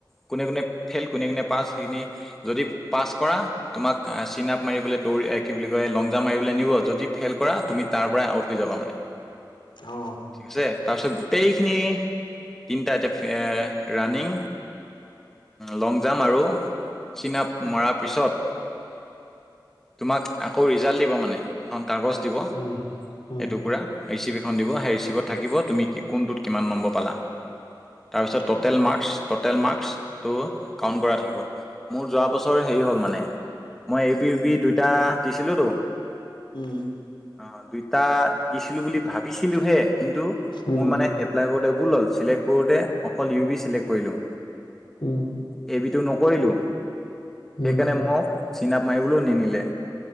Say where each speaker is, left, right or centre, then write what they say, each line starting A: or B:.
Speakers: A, in the centre; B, on the left.
A: কোনে কোনে ফেইল, কোনে কোনে পাছ সেইখিনি যদি পাছ কৰা, তোমাক চিন আপ মাৰিবলৈ দৌৰি কি বুলি কয় লং জাম মাৰিবলৈ নিব যদি ফেইল কৰা তুমি তাৰ পৰাই আউট হৈ যাবা মানে।
B: অ
A: ঠিক আছে, তাৰপিছত গোটেইখিনি তিনিটা এতিয়া ৰানিিং লং জাম্প আৰু চিন আপ মৰাৰ পিছত তোমাক আকৌ ৰিজাল্ট দিব মানে। এখন কাগজ দিব,
B: উম উম
A: এইটো পুৰা ঋচিপে <unintelligible> অ দিব সেই ৰিচিপত থাকিব তুমি কি কৰিব কোনটোত কিমান নম্বৰ পালা তাৰপিছত
B: অ
A: ট'টেল মাৰ্ক টোতেলমাকচটো কাউন্ট কৰাই থাকিব মোৰ যোৱা বছৰ হেৰী হল মানে মই এবি
B: উম
A: এবি দুইটা দিছিলোঁতো
B: উম
A: অ দুইটা দিছিলো বুলি ভাব ভাবিছিলিলোঁহে কিন্তু
B: উম
A: মই মানে এপ্লাই কৰোতে ভুল হৈছিলে অকল কৰোঁতে অকল ইউ বি চিলেক্ট কৰিলোঁ
B: উম
A: এইবিটো ন কৰিলো সেইকাৰণে
B: উম
A: মোক চিনাপ মাৰিবলৈও নিনিলে